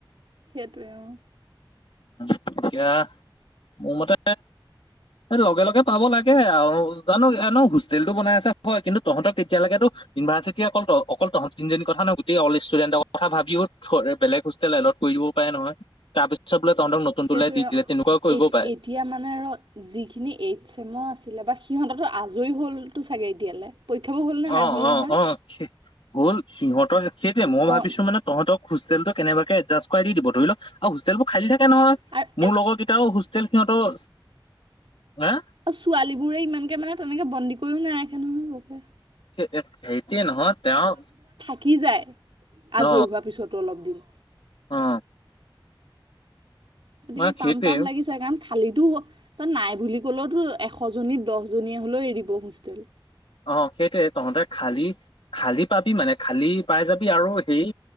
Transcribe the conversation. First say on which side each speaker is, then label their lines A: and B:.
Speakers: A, on the right; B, on the left.
A: টোৱেও।
B: এতিয়া মোৰ মতে এ লগে-লগে পাব লাগে আৰু। জানো এ ন', হোষ্টেলটো বনাই আছে, হয়। কিন্তু তহঁতক তেতিয়ালৈকেতো ইউনিভাৰ্চিটি অকল ত- অকল তহঁত তিনিজনীৰ কথা নহয়, গোটেই অল ইষ্টুডেণ্টৰ কথা ভাবিও থ- বেলেগ হোষ্টেল এল'ট কৰিব পাৰে নহয়। তাৰপিছত বোলে তহঁতক নতুনটোলে
A: সেইটোৱে।
B: দি দিলে তেনেকুৱাও কৰিব
A: এ-
B: পাৰে।
A: এতিয়া মানে আৰু যিখিনি এইট চেমৰ আছিলে বা সিহঁততো আজৰি হ'লতো চাগে এতিয়ালে। পৰীক্ষাবোৰ হ'ল নে নাই
B: অ'-অ'-অ',
A: হ'ল নহয়
B: শে- হ'ল। সিহঁতৰ সেইটোৱে। মই
A: অ',
B: ভাবিছোঁ মানে তহঁতক হোষ্টেলটো কেনেবাকে এদজাষ্ট কৰাই দি দিব। ধৰি ল, অ'- হোষ্টেলবোৰ খালি হে থাকে নহয়।
A: আৰু
B: মোৰ
A: এই
B: লগৰকেইটাও হোষ্টেল সিহঁতৰ হে
A: আৰু ছোৱালীবোৰে ইমানকে মানে তেনেকে বন্দী কৰিও নাৰাখে নহয় বৰকে
B: সে- অ'- সেইটোৱে নহয় তেওঁ
A: কি যায়, আজৰি
B: অ
A: হোৱাৰ পিছতো অলপ দিন।
B: অ
A: গতিকে
B: মানে সেইটোৱে
A: পাম - পাম লাগিছে। কাৰণ খালি টো তাত নাই বুলি ক'লেওতো এশজনী - দহজনীয়ে হলেও এৰিব হোষ্টেল।
B: অ' সেইটোৱে। তহঁতে খালী- খালী পাবি মানে, খালী পাই যাবি আৰু হেৰি